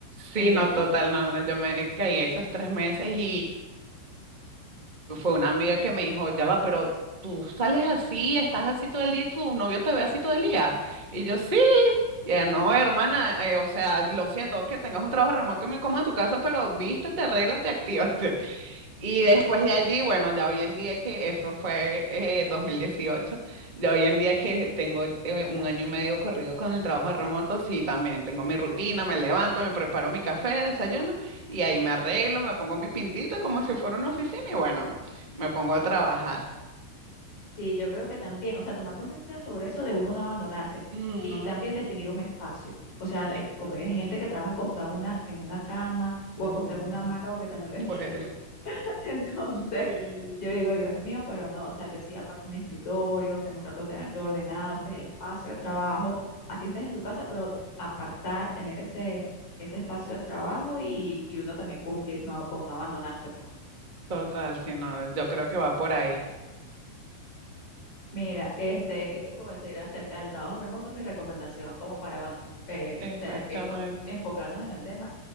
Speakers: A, on the left; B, on the right.
A: te
B: Sí,
A: entiendo.
B: no, total, no, no, yo me caí esos tres meses y fue una amiga que me dijo, ya va, pero tú sales así, estás así todo el día y tu novio te ve así todo el día. Y yo, sí. Y ella, no, hermana, eh, o sea, lo siento que tengas un trabajo remoto y me coma en tu casa, pero vístete, arréglate, actívate. Y
A: Claro.
B: después de allí, bueno, ya hoy en día que eso fue eh, dos mil dieciocho ya hoy en día que tengo eh, un año y medio corrido con el trabajo remoto, sí, también tengo mi rutina, me levanto, me preparo mi café, desayuno y ahí me arreglo, me pongo mi pintita como si fuera una oficina y bueno, me pongo a trabajar.
A: Sí, yo creo que también, o sea, tomar conciencia sobre eso de uno no abandonarse
B: Ujú.
A: y también definir un espacio. O sea, no hay-
B: Eh,
A: como
B: Total.
A: hay gente que trabaja acostada en una, en una cama o
B: No,
A: acostada en una hamaca, porque también
B: no,
A: lo he visto.
B: Pues
A: <laughs> Entonces,
B: sí.
A: yo digo, Dios mío, pero no, o sea, yo sí aparto mi escritorio, tengo trato de tener todo ordenado, este es el espacio de trabajo, así estés en tu casa, pero apartar, tener ese, ese espacio de trabajo y, y uno también cumplir no, con no abandonarse, pues.
B: Total, sí, no, yo creo que va por ahí.
A: Mira, este, ¿qué te puedo decir acerca del trabajo remoto? Mi recomendación, como para, bueno, eh,
B: Exactamente.
A: se- eh, co- enfocarnos en el tema,